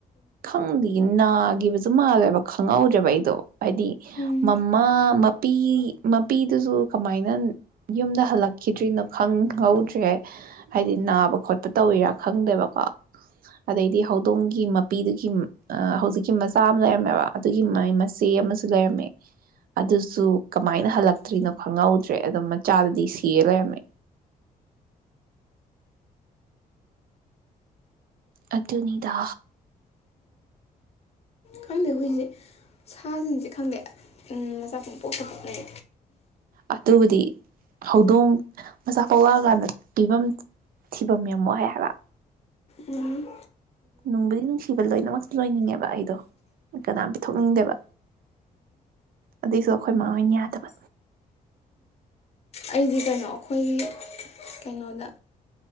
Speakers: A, on the right (about 75°); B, on the left (about 45°).
A: ꯈꯪꯗꯤꯌꯦ ꯅꯥꯒꯤꯕꯖꯤ ꯃꯥꯜꯂꯦꯕ ꯈꯪꯍꯧꯗ꯭ꯔꯦꯕ ꯑꯩꯗꯣ꯫ ꯍꯥꯏꯗꯤ
B: ꯎꯝ
A: ꯃꯃꯥ ꯃꯄꯤ ꯃꯄꯤꯗꯨꯖꯨ ꯀꯃꯥꯏꯅ ꯌꯨꯝꯗ ꯍꯜꯂꯛꯈꯤꯗ꯭ꯔꯤꯅꯣ ꯈꯪꯍꯧꯗ꯭ꯔꯦ꯫ ꯍꯥꯏꯗꯤ ꯅꯥꯕ ꯈꯣꯠꯄ ꯇꯧꯋꯤꯔꯥ ꯈꯪꯗꯦꯕꯀꯣ꯫ ꯑꯗꯩꯗꯤ ꯍꯧꯗꯣꯡꯒꯤ ꯃꯞ ꯅꯨꯄꯤꯗꯨꯒꯤ ꯑ ꯍꯧꯖꯤꯛꯀꯤ ꯃꯆꯥ ꯑꯃ ꯂꯩꯔꯝꯃꯦꯕ ꯑꯗꯨꯒꯤ ꯃ ꯃꯆꯦ ꯑꯃꯖꯨ ꯂꯩꯔꯝꯃꯦ ꯑꯗꯨꯁꯨ ꯀꯃꯥꯏꯅ ꯍꯜꯂꯛꯇ꯭ꯔꯤꯅꯣ ꯈꯪꯍꯧꯗ꯭ꯔꯦ ꯑꯗꯣ ꯃꯆꯥꯗꯗꯤ ꯁꯤꯔ ꯂꯩꯔꯝꯃꯦ ꯑꯗꯨꯅꯤꯗꯥ
B: ꯈꯪꯗꯦ ꯑꯩꯈꯣꯏꯁꯦ ꯁꯥꯁꯤꯡꯁꯦ ꯈꯪꯗꯦ ꯃꯆꯥ ꯀꯨꯝ ꯄꯣꯛꯇ ꯄꯣꯛꯅꯩ
A: ꯑꯗꯨꯕꯨꯗꯤ ꯍꯧꯗꯣꯡ ꯃꯆꯥ ꯀꯋꯥꯔꯀꯥꯟꯗ ꯄꯤꯐꯝ ꯊꯤꯐꯝ ꯌꯥꯝ ꯋꯥꯏ ꯍꯥꯌꯕ
B: ꯎꯝ
A: ꯅꯨꯡꯕꯨꯗꯤ ꯅꯨꯡꯁꯤꯕ ꯂꯣꯏꯅꯃꯛꯇ ꯂꯣꯏꯅꯤꯡꯉꯦꯕ ꯑꯩꯗꯣ ꯀꯅꯥꯝ ꯄꯤꯊꯣꯛꯅꯤꯡꯗꯦꯕ ꯑꯗꯨꯏꯁꯨ ꯑꯩꯈꯣꯏ ꯃꯥꯥ ꯍꯣꯏꯅ ꯌꯥꯗꯕ
B: ꯑꯩꯗꯤ ꯀꯩꯅꯣ ꯑꯩꯈꯣꯏꯒꯤ ꯀꯩꯅꯣꯗ